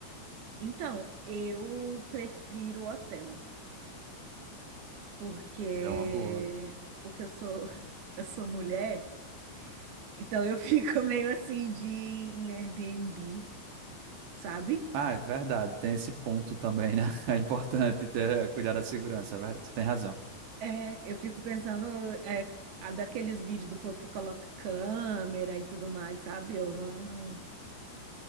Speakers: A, on the right; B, on the right.
A: Então, eu prefiro o hotel, porque
B: É uma boa.
A: porque eu sou <laughs> eu sou mulher, então eu fico <laughs> meio assim de ir em Airbnb, sabe?
B: Ah, é verdade, tem esse ponto também, né? <laughs> É importante ter, cuidar da segurança, é ver- você tem razão.
A: É, eu fico pensando é, a daqueles vídeos do povo que coloca câmera e tudo mais, sabe? Eu não